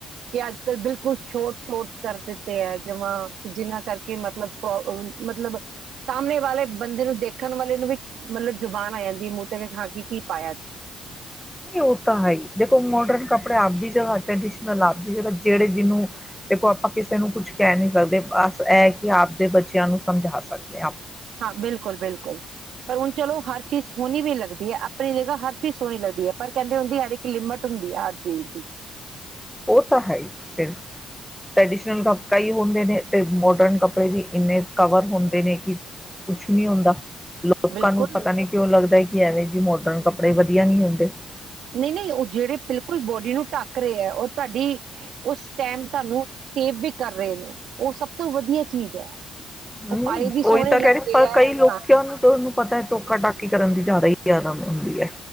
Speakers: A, on the right; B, in the centre.
A: ਕੇ ਅੱਜ ਕੱਲ੍ਹ ਬਿਲਕੁਲ ਸ਼ੋਟ ਸ਼ੋਟ ਕਰ ਦਿੱਤੇ ਐ ਜਮਾਂ, ਕਿ ਜਿਨਾਂ ਕਰਕੇ ਮਤਲਬ ਮਤਲਬ, ਸਾਮਣੇ ਵਾਲੇ ਬੰਦੇ ਨੂੰ ਦੇਖਣ ਵਾਲੇ ਨੂੰ ਵੀ ਮਤਲਬ ਜੁਬਾਨ ਆ ਜਾਂਦੀ ਮੂੰ ਤੇ ਖਾ ਕੇ ਕੀ ਪਾਇਕ
B: ਨਈਂ ਓ ਤਾਂ ਹੈ ਈ ਦੇਖੋ ਮੋਡਰਨ ਕੱਪੜੇ ਆਪਦੀ ਜਗ੍ਹਾ ਟਡੀਸ਼ਨਲ ਆਪਦੀ ਜਗ੍ਹ ਜੇਹੜੇ ਜਿਨੂੰ, ਦੇਖੋ ਆਪਾਂ ਕਿਸੇ ਨੂੰ ਕੁਛ ਕੈ ਨੀ ਸਕਦੇ ਬਸ ਐ ਕਿ ਆਪਦੇ ਬੱਚਿਆਂ ਨੂੰ ਸਮਝ੍ਹਾ ਸਕਦੇ
A: ਹਾਂ, ਬਿਲਕੁਲ ਬਿਲਕੁਲ, ਪਰ ਚਲੋ ਹਰ ਚੀਸ਼ ਸੋਣੀ ਵੀ ਲੱਗਦੀ ਏ, ਆਪਣੇ ਜਗ੍ਹਾ ਹਰ ਚੀਜ਼ ਸੋਹਣੀ ਲੱਗਦੀ ਏ, ਪਰ ਕਹਿੰਦੇ ਹੁੰਦੀ ਯਾਰ ਇੱਕ ਲਿਮਟ ਹੁੰਦੀ ਏ ਹਰ ਚੀਜ਼ ਦੀ
B: ਉਹ ਤਾਂ ਹੈ ਹੀ ਫਿਰ, ਟ੍ਰੈਡੀਸ਼ਨਲ ਕ ਕਈ ਹੁੰਦੇ ਨੇ, ਤੇ ਮੋਡਰਨ ਕੱਪੜੇ ਵੀ ਇੰਨੇ ਕਵਰ ਹੁੰਦੇਣ ਨੇ ਕਿ ਕੁਛ ਨਹੀਂ ਹੁੰਦਾ। ਲੋਕਾਂ
A: ਬਿਲਕੁਲ
B: ਨੂੰ ਪਤਾ ਨੀ ਕਿਉਂ ਲੱਗਦੈ ਐਵੇਂ ਜੀ ਮੋਡਰਨ ਕੱਪੜੇ ਵਧੀਆ ਨਿ ਹੁੰਦੇ
A: ਨਹੀਂ ਨਹੀਂ ਓਹ ਜਿਹੜੇ ਬਿਲਕੁਲ ਬੋਡੀ ਨੂੰ ਢੱਕ ਰਹੇ ਹੈ ਓ ਤੁਹਾਡੀ ਉਸ ਟੈਮ ਤੋਨੂੰ ਸੇਵ ਵੀ ਕਰ ਰਹੇ ਨੇ ਓ ਸਭ ਸਭ ਤੋਂ ਵਧੀਆ ਚੀਜ਼ ਹੈ। ਓ
B: ਹਮ
A: ਪਾਏ ਵੀ
B: ਉਹੀ
A: ਸੋਹਣੇ
B: ਤਾਂ
A: ਲੱਗਦੇ
B: ਕਹਿ ਰਹੀ ਪਰ
A: ਹੈ।
B: ਕਈ ਲੋਕਾਂ
A: ਹਾਂ
B: ਨੂੰ ਤੁਹਾਨੂੰ ਪਤਾ ਹੈ ਟੋਕਾ ਟਾਕੀ ਕਰਨ ਦੀ ਜ਼ਿਆਦਾ ਹੀ ਆਦਤ ਹੁੰਦੀ ਹੈ।